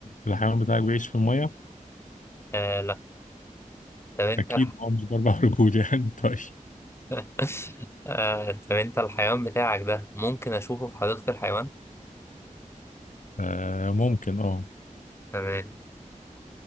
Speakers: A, on the left; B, on the left.
A: الحيوان بتاعك بيعيش في المية
B: آه لا طب أنت
A: أكيد
B: الح...
A: هو مش بأربع رجول يعني <laughs> طيب
B: <laughs> آه طب أنت الحيوان بتاعك ده ممكن أشوفه في حديقة الحيوان؟
A: آه ممكن اه
B: تمام